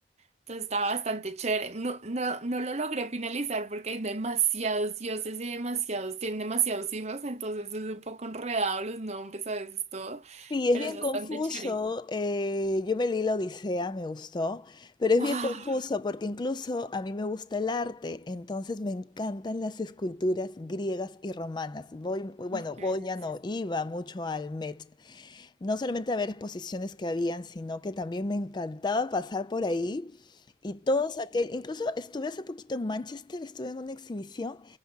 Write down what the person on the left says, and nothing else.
Sí, es
bien
confuso.
eh, yo me leí la Odisea, me gustó, pero
es bien confuso porque incluso a mí me gusta el arte, entonces me encantan las esculturas griegas y romanas. Voy, bueno,
voy
ya no, iba mucho al Met no solamente a ver exposiciones que habían, sino que también me encantaba pasar por ahí y todos aquel, incluso estuve hace poquito en Manchester, estuve en una exhibición